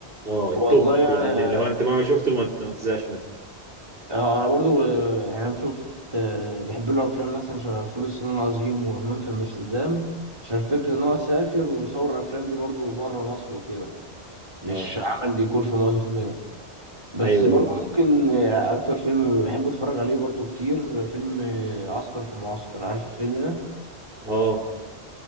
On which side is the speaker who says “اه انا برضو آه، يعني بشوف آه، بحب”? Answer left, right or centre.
Right